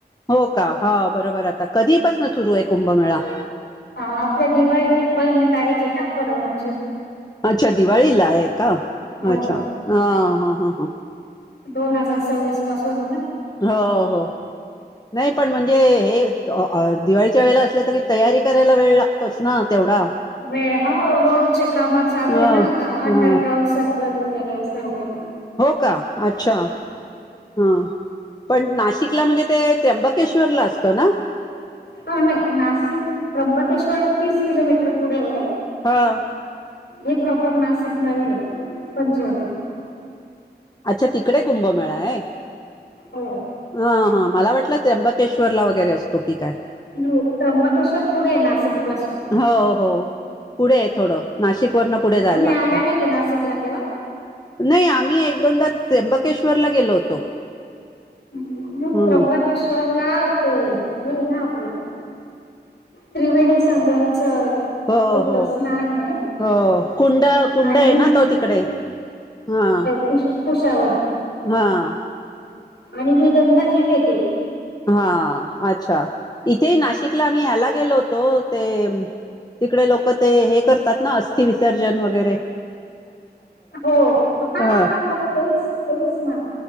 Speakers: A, on the left; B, on the left.
A: हो कां हां बरोबर आंता कधीपासून सुरूं आहे कुंभमेळां
B: हां आपले दिवाळी ते एक पहिमी तारीखे नां फरवरीची
A: अच्छा दिवाळी लां आहे कां
B: हो
A: अच्छा हं हां हां हां
B: दोन हजांर सव्वीस पासूंन आहे नां
A: हो हो नाहीं पणं म्हणजे हे दिवाळीच्या वेळे असलं तरी तयारी करांयला वेळं लागतो लागंतोचं नां तेवढां
B: वेळं हां रोडचे कामं चालूं आहे
A: अ
B: नां आंता अंडरग्राउंड
A: ह
B: सर्कल त्यांकडे सर्व
A: हो कां अच्छा हां पणं नाशिकला म्हणजे ते त्र्यंबकेश्वरला असतं नां
B: हं नाहीं नाशिक त्र्यंबकेश्वर हां तीस किलोमीटर पुढे आहे
A: हा.
B: हे प्रॉफट नाशिक नव्हे पंचावटीत
A: अच्छा तिकडे कुंभमेळां आहे
B: होयं
A: हां हां मलां वाटलं त्र्यंबकेश्वरला वगैरें असतो की कायं
B: त्र्यंबकेश्वर पुढे आहे नाशिक पासून
A: हो हो पुढे आहे थोडं नाशिक वरूंन पुढे
B: तुम्ही
A: जायंला लागतं
B: आल्या नाही का नाशिकला तेव्हा
A: नाहीं आम्हीं एक दोनदां त्र्यंबकेश्वरला गेलो होतो
B: मं
A: हम्म.
B: त्र्यंबकेश्वर लां ते हे आहे नां आपलं त्रिवेणी संगमचं
A: हो
B: एक
A: हो
B: स्नांन आहे
A: हो कुंड कुंड
B: आणि
A: आहे
B: ही
A: नां तो तिकडे हां
B: खुंश खुंशावरन
A: हां
B: आणि ही दंदा ही वेगळी
A: हां अच्छा इथेही नाशिकला मी आम्हीं यांला गेलो होतो ते तिकडे लोकं ते हे करतांत नां अस्थि विसर्जन वगैरें
B: हो हां
A: ह
B: हां मंग तेचं तेचं नां